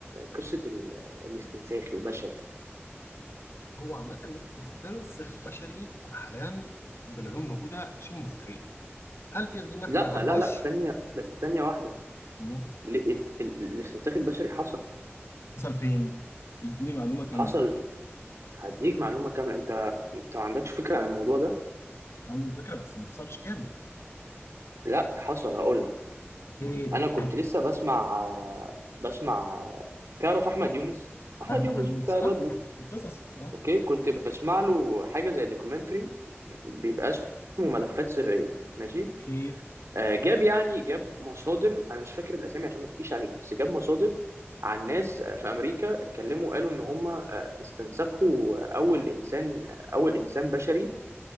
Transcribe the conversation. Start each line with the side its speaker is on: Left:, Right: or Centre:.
Right: قصة ال- الاستنساخ البشري
Left: هو عامة ان انت تستنسخ بشري حاليا بالعلوم الموجودة شبه مستحيل هل في علوم احنا
Right: لا
Left: ما نعرفهاش؟
Right: لا لا ثانية بس ثانية واحدة
Left: مم.
Right: ال- ال- ال- الاستنساخ البشري حصل
Left: حصل فين؟ اديني معلومة كاملة
Right: حصل هديك معلومة كاملة أنت أنت ما عندكش فكرة عن الموضوع ده
Left: عندي فكرة بس ما حصلش كامل
Right: لا حصل هقول
Left: فين؟
Right: انا كنت لسه بسمع بسمع تعرف احمد يونس احمد
Left: عارف
Right: يونس
Left: احمد يونس
Right: بتاع
Left: اه
Right: الراديو
Left: القصص اه
Right: اوكي كنت بسمع له حاجه زي دوكيومنتري بيبقى اسمه ملفات سريه ماشي
Left: اوكي
Right: آه جاب يعني جاب مصادر انا مش فاكر الاسامي عشان ما افتيش عليك بس جاب مصادر عن ناس آه، في امريكا اتكلموا قالوا ان هم آه، استنسخوا اول انسان اول انسان بشري